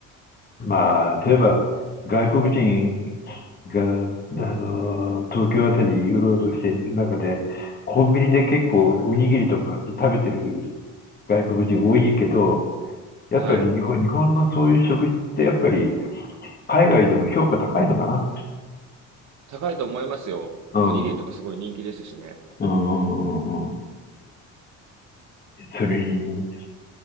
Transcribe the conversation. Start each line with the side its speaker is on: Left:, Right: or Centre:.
Left: まあ、例えば、外国人が、あの、東京あたりうろうろしている中で、コンビニで結構おにぎりとか買って食べてる外国人多いけど、
Right: はい。
Left: やっぱり日本、日本のそういう食事ってやっぱり海外でも評価高いのかな。
Right: 高いと思いますよ。
Left: うん。
Right: おにぎりとかすごい人気ですしね。
Left: うんうんうんうん。それに、